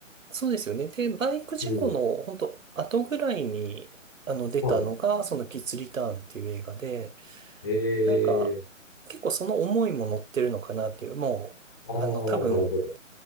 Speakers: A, on the right (about 75°); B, on the left (about 15°).
A: そうですよね。で、バイク事故の本当後ぐらいに、
B: うん。
A: あの、出たのが、
B: はい。
A: そのキッズリターンっていう映画で、
B: ええ、
A: なんか、結構その思いも乗ってるのかなっていう、もう、
B: ああ、
A: あの、多分、
B: なるほど。